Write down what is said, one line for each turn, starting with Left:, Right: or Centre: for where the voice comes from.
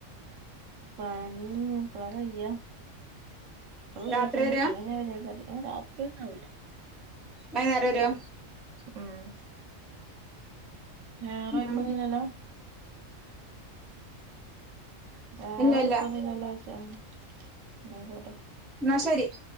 Right: പണി എപ്പളാ കയ്യാ പ്പോ വരേയ്ക്കാരം
Centre: രാത്രി വരാ
Right: ഉച്ച കഴിഞ്ഞാ വരുയ്ക്കാരം രാത്റി ഒന്നും ആവൂല്ല
Centre: വൈന്നേരം വരോ
Right: ഉം വേറെ
Centre: ഉം
Right: കൊയപ്പൊന്നുല്ലല്ലോ വേറെ
Centre: ഇല്ല
Right: കൊയിപ്പൊന്നുല്ലല്ലോയ്ച്ചാ
Centre: ഇല്ല
Right: മ് ന്നാ ആയ്ക്കോട്ടെ
Centre: എന്നാശരി <inaudible>